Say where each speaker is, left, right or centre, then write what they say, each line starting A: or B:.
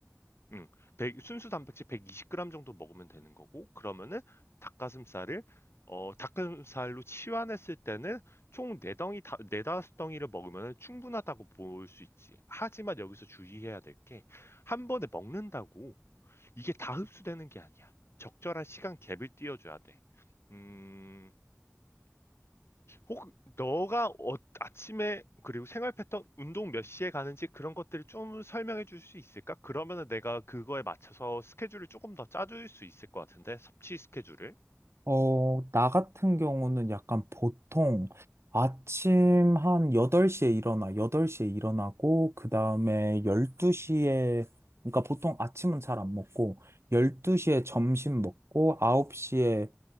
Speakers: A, on the left; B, on the right.
A: 음. 백 순수 단백질 120g 정도 먹으면 되는 거고 그러면은 닭가슴살을 어 닭가슴살로 치환했을 때는 총 4 덩이 다 4-5 덩이를 먹으면 충분하다고 볼 수 있지. 하지만 여기서 주의해야 될 게 한 번에 먹는다고 이게 다 흡수되는 게 아니야. 적절한 시간 갭을 띄워 줘야 돼. 음. 혹 너가 어 아침에 그리고 생활 패턴 운동 몇 시에 가는지 그런 것들을 좀 설명해 줄 수 있을까? 그러면은 내가 그거에 맞춰서 스케줄을 조금 더 짜줄 수 있을 것 같은데 섭취 스케줄을.
B: 어, 나 같은 경우는 약간 보통 아침 한 8시에 일어나, 8시에 일어나고, 그 다음에 12시에, 그러니까 보통 아침은 잘 안 먹고, 12시에 점심 먹고, 9시에